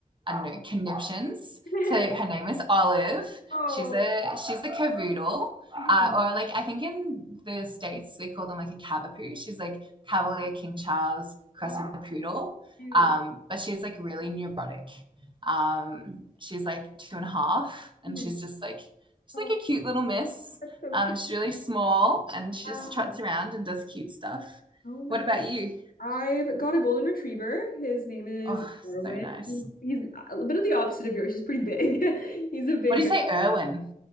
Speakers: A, on the right; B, on the left.
A: I don't know, conniptions.
B: <laughs>
A: So her name is Olive.
B: Oh,
A: She's a she's a cavoodle.
B: mhm.
A: Uh, or like I think in the states they call them like a cavapoo. She's like Cavalier King Charles crossed
B: how
A: with a poodle.
B: cute.
A: Um, but she's like really neurotic. Um, she's like two and a half, and
B: Mhm.
A: she's just like she's
B: Oh,
A: like a cute little miss.
B: that's so
A: Um,
B: cute.
A: she's really small, and she
B: Ah,
A: just trots around and does cute stuff.
B: oh my
A: What
B: goodness.
A: about you?
B: I've got a golden retriever. His name is
A: Oh,
B: Darwin.
A: so nice.
B: He's, he's a bit of the opposite of yours. He's pretty big. <laughs> He's a big
A: What do you
B: guy.
A: say, Irwin?